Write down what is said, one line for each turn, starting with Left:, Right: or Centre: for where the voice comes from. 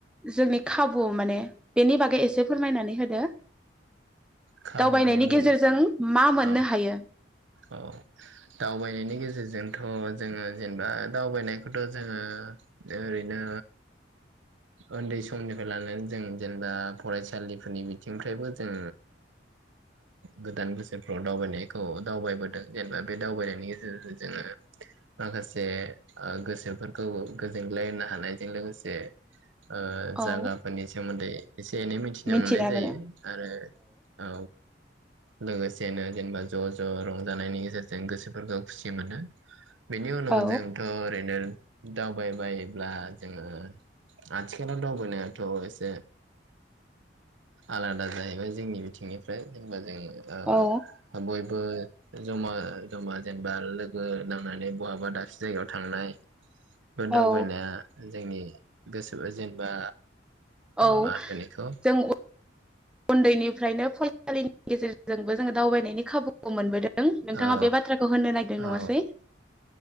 Centre: जोंनि खाबु माने बेनि बागै एसे फोरमायनानै होदो।
Right: खाबुआनो
Centre: दावबायनायनि
Right: मुलि
Centre: गेजेरजों मा मोननो
Right: औ
Centre: हायो?
Right: औ दावबायनायनि गेजेरजोंथ' जोङो। जेनेबा दावबायनायखौथ' जोङो ओरैनो उन्दै समनिफ्राय लानानै जों जेनेबा फरायसालिफोरनि बिथिंनिफ्रायबो जों गोदान बोसोरफ्राव दावबायनायखौ। दावबायबोदों जेनेबा बे दावबायनायनि गेजेरजों जोङो माखासे ओगोसोफोरखौ गोजोनग्लाय होनो हानायजों लोगोसे ओ
Centre: औ
Right: जागाफोरनि सोमोन्दै एसे एनै मिथिनो
Centre: मिथिना
Right: मोननाय जायो
Centre: मोनो
Right: आरो औ लोगोसे जेनो जेनेबा ज' ज' ज' रंजानायनि गेजेरजों गोसोफोरखौ खुसि मोनो बेनि उनाव
Centre: औ
Right: जोंथ' ओरैनो दावबायबायायोब्ला जोङो आथिखालाव दावबायनायाथ' एसे आलादा जाहैबाय जोंनि बिथिंनिफ्राय जेनेबा जों ओ
Centre: औ
Right: हाबयब - ओ जमा जमा जेनेबा लोगो नांनानै बहाबा दाबसे जायगायाव थांनाय। बे
Centre: औ
Right: दावबायनाया जोंनि गोसोबा जेनेबा
Centre: औ
Right: मा होनगोन एखौ
Centre: जों उन्दैनिफ्रायनो फै <unintelligible> नि गेजेरजोंबो जोङो दावबायनायनि खाबुखौ मोनबोदों नों नोंथाङा
Right: औ
Centre: बे बाथ्राखौ होननो नागिरदों
Right: औ
Centre: नङासै?